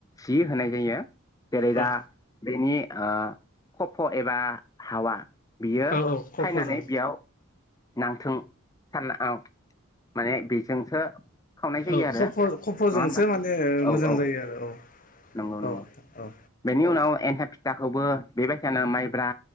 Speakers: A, on the left (about 15°); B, on the left (about 35°).
A: जि होनाय जायो। जेरै दा
B: औ
A: बेनि ओ खफ एबा हावा बियो
B: औ औ खफ'जों।
A: फायनानै बेयाव <unintelligible> माने बेजोंसो खावनाय जायो
B: औ
A: आरो
B: खफ' खफ'जोंसो
A: नङा होमबा
B: माने
A: औ
B: मोजां
A: औ
B: जायो आरो औ।
A: नंगौ नंगौ
B: औ औ।
A: बेनि उनाव एन्थाब फिथाखौबो बेबायसानो माइब्रा